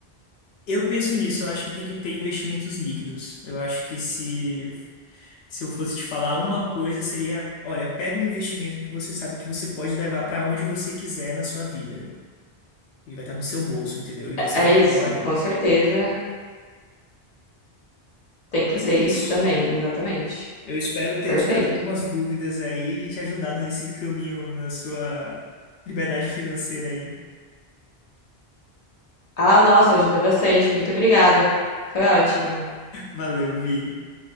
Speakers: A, on the left (about 80°); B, on the left (about 40°).
A: Eu penso nisso, eu acho que tem que ter investimentos líquidos. Eu acho que se, se eu fosse te falar uma coisa, seria, olha, pega um investimento que você sabe que você pode levar para onde você quiser na sua vida. Ele vai estar no seu bolso, entendeu? E você
B: É
A: controla
B: isso,
A: ele.
B: com certeza tem que
A: Mas
B: ter
A: é isso.
B: isso também, exatamente.
A: Eu espero ter
B: Perfeito.
A: tirado algumas dúvidas aí e te ajudado nesse caminho na sua liberdade financeira aí.
B: Ah, nossa, ajudou bastante. Muito obrigada. Foi ótimo.
A: Valeu, Vi.